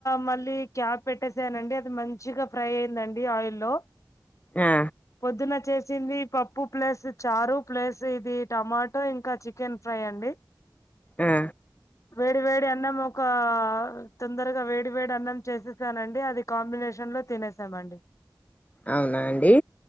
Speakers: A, on the left; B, on the left.
A: మళ్ళీ క్యాప్ పెట్టేసేయాలండి అది మంచిగ ఫ్రై అయిందండి ఆయిల్లో
B: ఏ
A: పొద్దున చేసింది పప్పు ప్లస్ చారు ప్లేస్ ఇది టమాటో ఇంకా చికెన్ ఫ్రై అండి
B: ఆ
A: వేడి వేడి అన్నము ఒక తొందరగా వేడి వేడి అన్నం చేసేసానండి అది కాంబినేషన్లో తినేసామండి
B: అవునా అండి